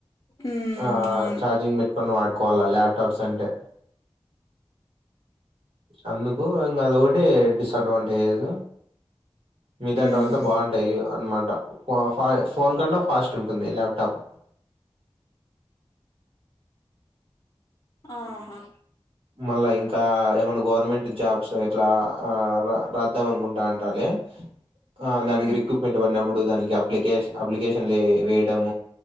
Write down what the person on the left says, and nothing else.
ఉమ్
అవును
ఉమ్
ఆహా
ఉమ్